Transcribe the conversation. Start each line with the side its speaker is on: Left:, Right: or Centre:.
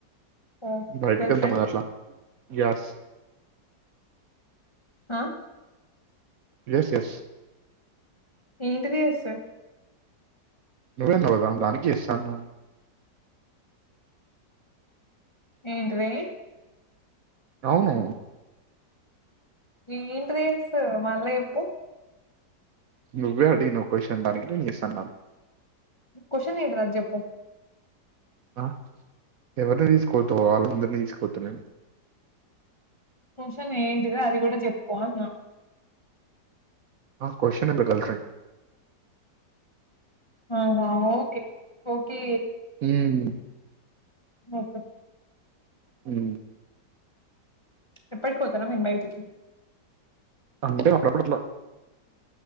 Left: ఓ
Right: బయటికెల్తం
Left: గర్ల్ ఫ్రెండ్
Right: గట్లా. గ్యాస్.
Left: ఆ
Right: ఎస్ ఎస్
Left: ఏంటిది ఎస్స
Right: నువ్వే అన్నావ్ గదా దానికి ఎస్ అన్నాను.
Left: ఏంటిదీ.
Right: అవునూ.
Left: ఏంటిది ఎస్ ఆ మళ్ళ చేప్పు.
Right: నువ్వే అడిగినవ్ క్వశ్చన్ దానికి నేన్ ఎస్ అన్నాను.
Left: క్వశ్చన్ ఏంట్రా అది చెప్పు.
Right: ఆ ఎవరిని తీసుకపోతవ్ వాళ్ళందరినీ తీసుకపోత నేన్.
Left: క్వశ్చన్ ఏంటిది అది గూడ చెప్పు అన్న.
Right: ఆ క్వశ్చన్ ఎమ్లేద్ గల్ఫ్రెండ్.
Left: ఆహా ఓకే ఓకే.
Right: ఉమ్మ్
Left: ఒకే
Right: ఊ
Left: ఎప్పటికి పోతారా మీరు బయటికి.
Right: అంటే అప్పుడప్పుడు అట్లా.